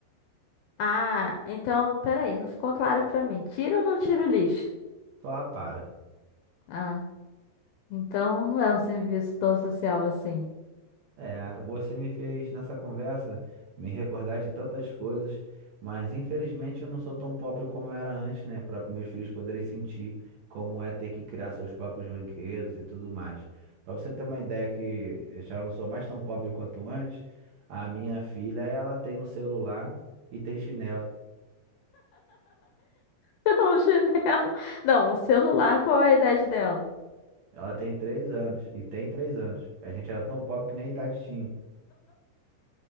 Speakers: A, on the left (about 80°); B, on the right (about 65°).
A: Ah, então, peraí, não ficou claro pra mim. Tira ou não tira o lixo?
B: Só apara.
A: Ah, então não é um serviço tão social assim.
B: É, você me fez nessa conversa me recordar de tantas coisas, mas infelizmente eu não sou tão pobre como eu era antes, né? Para meus filhos poderem sentir como é ter que criar seus próprios brinquedos e tudo mais. Para você ter uma ideia que eu já não sou mais tão pobre quanto antes, a minha filha, ela tem um celular e tem chinelo.
A: <laughs> Um chinelo. Não, um celular, qual é a idade dela?
B: Ela tem três anos e tem três anos. A gente era tão pobre que nem idade tinha.